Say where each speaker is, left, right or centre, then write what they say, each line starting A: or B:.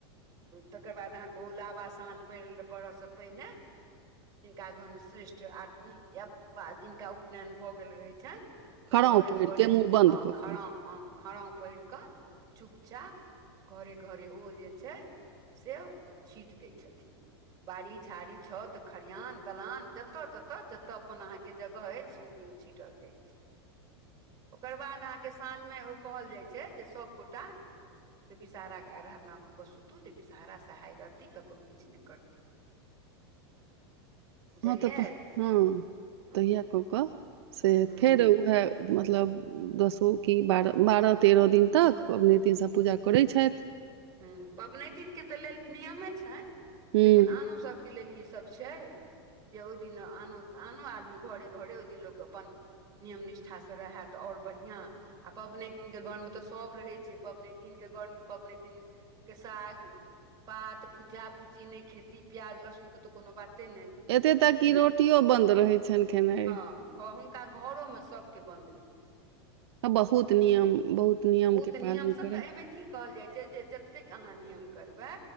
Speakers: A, on the right; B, on the right.
A: तकर बाद अहाँकेँ ओ लाबा साँझ पड़य ल पड़त से पहिने। जिनका घरमे श्रेष्ठ आदमी या जिनका उपनयन भऽ गेल रहै छैन
B: खड़ाउं
A: तऽ घरे
B: पहिर
A: घरे
B: के मुँह बन्द
A: हँ
B: कऽ कऽ
A: खराम हँ खराम पहिर कऽ चुपचाप। घरे घरे ओ जे छै से छीट दय छथिन। बाड़ी झाड़ी छत खरिहान दलान जतऽ ततऽ ज। तऽ अपन अहाँ केँ जगह अछि सौंसे ओ छीटल जाय छै। ओकर बाद अहाँ केँ साँझमे ओ कहल जाइ छै जे सभ गोटा। से विषहारा कऽ आराधन कऽ कऽ सुतू जे विषहारा सहाय रहती ककरो किछ नहि करती
B: <inaudible>
A: बुझलियै
B: हँ तऽ हँ
A: हँ
B: तहिया कऽ कऽ से
A: हँ
B: फेर उएह मतलब। दसो कि बारह बारह तेरह दिन तक पबनैतिन सभ पूजा करैत छैथ
A: हू पबनैतिन तऽ लेल नियमे छनि
B: हूँ
A: लेकिन आनोसभ। के लेल ई सब छै जे ओहि दिन आनो आनो आदमी घरे घरे ओहि दिन लोक अपन। नियम निष्ठासँ रहा तऽ और बढ़िआँ। आ पबनी दिनक के घर मे तऽ सब रहे छै पवनी दिन केँ घर मे पवने दिन केँ साग पात भुज्जा भुज्जी नै खेती प्याज लहसुन के तऽ कोनो बाते नै
B: एते तक क रोटियो बंद रहे छनि खेनाइ।
A: ह घ हुन हुनका घरोमे सभ केँ बन्द रहैत छैन।
B: आ बहुत नियम बहुत नियम केँ
A: नियमसँ
B: पालन करै।
A: तऽ एहिमे की कहल जाइ छै जे जतेक अहाँ नियम करबै